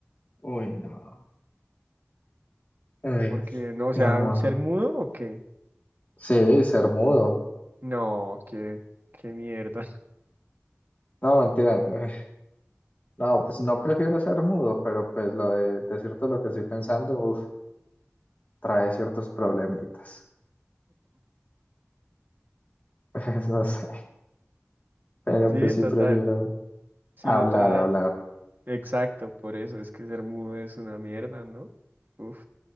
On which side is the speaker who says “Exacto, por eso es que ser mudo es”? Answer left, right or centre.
Right